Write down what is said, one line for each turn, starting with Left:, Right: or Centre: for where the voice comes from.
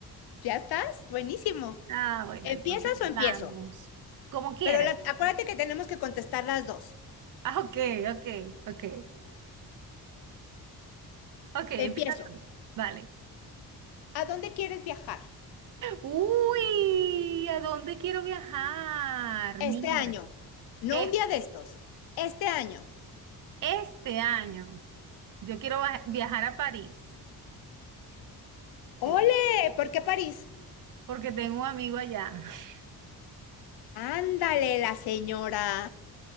Left: ¿Ya estás? Buenísimo.
Right: Ah, bueno,
Left: ¿Empiezas
Right: entonces
Left: o empiezo?
Right: vamos. Como quieras.
Left: Pero la- acuérdate que tenemos que contestar las dos.
Right: Ah, ok, ok, ok. Ok, empieza
Left: Empiezo.
Right: tú. Vale.
Left: ¿A dónde quieres viajar?
Right: Uy, ¿a dónde quiero viajar?
Left: Este
Right: Mira,
Left: año. No
Right: este,
Left: un día de estos. Este año.
Right: este año yo quiero va- viajar a París.
Left: ¡Ole!
Right: Sí.
Left: ¿Por qué París?
Right: Porque tengo un amigo allá. <laughs>
Left: Ándale, la señora.